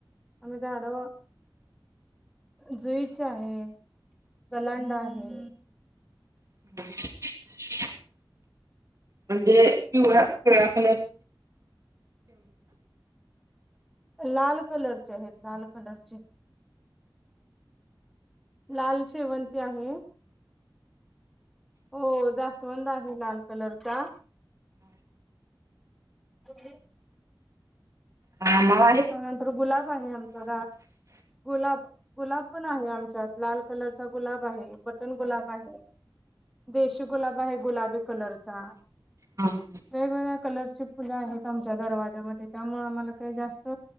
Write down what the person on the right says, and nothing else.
<unintelligible> म्हणजे पिवळ पिवळ्या कल
हा.
हा हा.